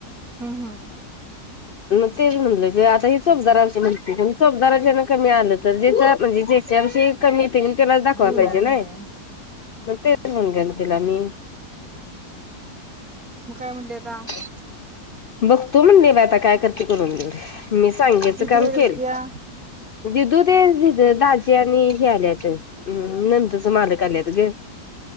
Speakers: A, on the right (about 60°); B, on the left (about 60°).
A: ह ह
B: मग तेच म्हटलं क आता ही चोपदाराशी म्हणती चोपदारा जेना कमी आलं तर जेचा म्हणजे जे त्याविषयी कमी येत इंटरेस्ट दाखवाय
A: गुण
B: पाहिजे
A: आहे होय
B: नाय. मंग तेच म्हणते न तिला मी
A: म काय म्हणली आता
B: <inaudible> बघतो म्हणली बाय आता काय करते करून देऊ मी सांगेचं
A: दिदी
B: काम
A: काय करत्या
B: केले. दिदू ते दिद दाजी आणि हे आलेत हम्म नंदंच मालक आल्यात ग